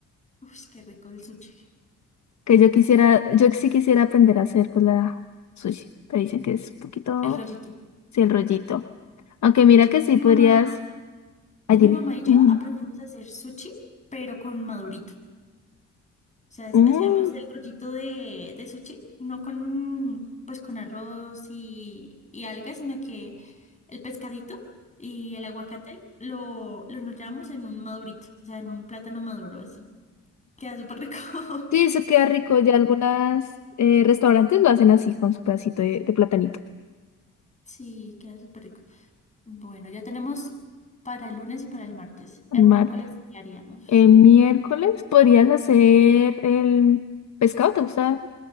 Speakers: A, on the left; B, on the left.
A: Uf, qué rico el sushi.
B: Que yo quisiera, yo sí quisiera aprender a hacer pues la sushi, pero dicen que es un poquito,
A: El rollito.
B: sí, el rollito. Aunque mira
A: Yo-
B: que sí
A: mi
B: podrías
A: mamá,
B: Ay,
A: mi
B: dime.
A: mamá y yo
B: Mm,
A: aprendimos a hacer sushi, pero con madurito. O sea,
B: mm.
A: hacíamos el rollito de, de sushi, no con, pues con arroz y, y algas, sino que el pescadito y el aguacate lo, lo enrollábamos en un madurito, o sea, en un plátano maduro así. Queda súper rico. <laughs>
B: Sí, eso queda rico. Ya algunos restaurantes lo hacen así, con su pedacito de, de platanito.
A: Sí, queda súper rico. Bueno, ya tenemos para el lunes y para el martes. El
B: Marta.
A: miércoles, ¿qué haríamos?
B: El miércoles podrías hacer el pescado. ¿Te gusta